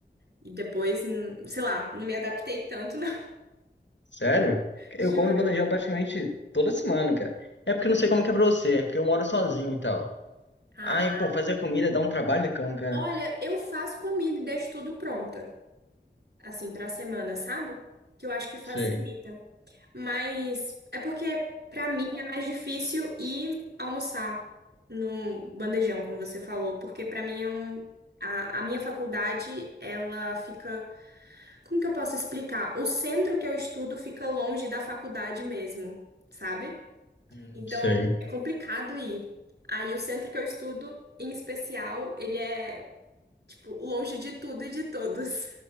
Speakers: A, on the right; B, on the left.
A: E depois, hum, sei lá, não me adaptei tanto, não.
B: Sério?
A: <laughs> Juro.
B: Eu como no bandejão praticamente toda semana, cara. É porque eu não sei como que é pra você, é porque eu moro sozinho e tal.
A: Ah,
B: Ai, pô, fazer comida dá um trabalho de cão, cara.
A: olha, eu faço comida e deixo tudo pronta. assim, para a semana, sabe? Que eu acho que facilita.
B: Sei,
A: Mas é porque para mim é mais difícil ir almoçar no bandejão, como você falou, porque para mim é um a, a minha faculdade, ela fica, como que eu posso explicar? O centro que eu estudo fica longe da faculdade mesmo, sabe?
B: Não
A: Então
B: sei.
A: é complicado ir. Aí o centro que eu estudo, em especial, ele é tipo longe de tudo e de todos.